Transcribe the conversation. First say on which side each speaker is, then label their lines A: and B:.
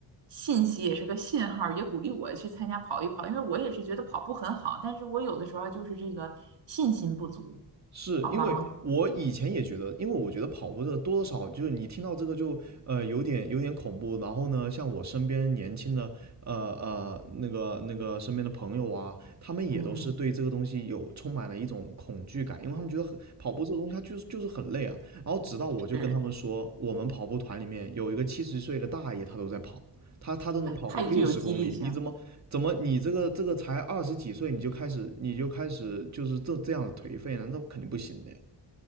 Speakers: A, on the right (about 75°); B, on the right (about 40°).
A: 信息，也是个信号儿也鼓励我去参加跑一跑，因为我也是觉得跑步很好，但是我有的时候就是这个信心不足，
B: 是因为我以前也觉得，
A: 好吧，我
B: 因为我觉得跑步的多多少少就是你听到这个就呃有点有点恐怖，然后呢，像我身边年轻的呃呃那个那个身边的朋友啊，他们也都是对这个东西有充满了一种恐惧感，
A: 嗯，
B: 因为他们觉得很跑步这个东西它就是就是很累啊。然后直到我就跟他们说，
A: 是
B: 我们跑步团里面有一个七十岁的大爷，他都在跑，他他都能跑个六十公里，
A: 太具有激励性了，
B: 你怎么怎么你这个这个才二十几岁你就开始你就开始就是这这样的颓废呢？那肯定不行的呀。